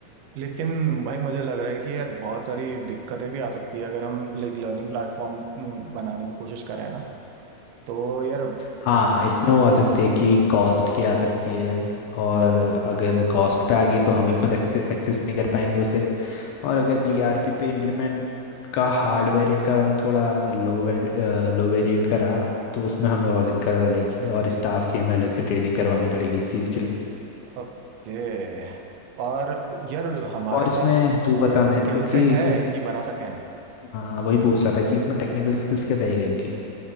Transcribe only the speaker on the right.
लेकिन भाई मुझे लग रहा है कि यार बहुत सारी दिक्कतें भी आ सकती है अगर हम लाइक लर्निंग प्लेटफॉर्म बनाने की कोशिश करें ना तो यार मतलब
ओके और यार हमारे
पास
स्किल
सेट है
कि बना सकें